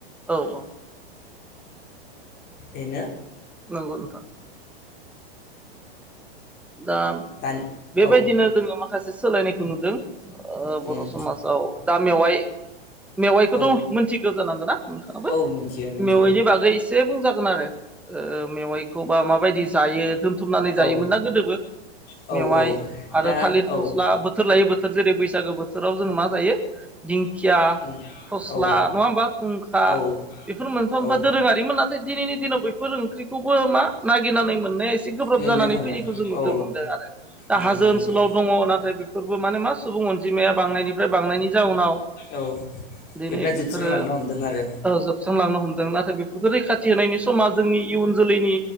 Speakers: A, in the centre; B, on the left.
A: औ औ
B: बेनो।
A: नोंगौ नोंथां। दा
B: दानि औ
A: बेबायदिनो जोङो माखासे सोलायनायखौ नुदों। ओ
B: उम
A: बर' समासाव दा मेवाय मेवाइखौथ'
B: औ
A: मोनथिगौ जानांगौन ना नोंथाङाबो?
B: औ मिथियो मिथियो
A: मेवाइनि बागै एसे बुंजागोन आरो। ओ मेवाइखौबा माबायदि जायो दोनथुमनानै जायोमोन
B: औ
A: ना गोदो मेवाइ
B: औ औ
A: आरो
B: दा
A: थालिर
B: औ
A: फस्ला बोथोर लायै बोथोर जेरै- बैसागो बो थोराव जों मा जायो दिं खिया
B: उम
A: फस्ला
B: औ
A: नङा होमबा खुंखा
B: औ
A: बेफोर मोनफा-मोनफा
B: औ
A: दोरोङारिमोन नाथाय दिनैनि दिनाव बेफोर ओंख्रिखौबो मा नागिरनानै मोननाया एसे गोब्राब
B: मोननो
A: जानानै
B: थांला
A: फैनायखौ जों नु
B: औ
A: दो मोनदों आरो दा
B: नंगौ
A: हाजो ओनसोलाव
B: नंगौ
A: दङ नाथाय बे फोरबो माने मा सुबुं अनजिमाया बांनायनिफ्राय बांनायनि जाउनाव।
B: औ
A: दिनै
B: बेफ्रा जोबस्रांलांनो
A: बेफोरो
B: हमदों आरो
A: ओ जोबस्रांलांनो हमदों ना थाय बेफोरखो रैखाथि होनायनि समा जोंनि इयुन जोलैनि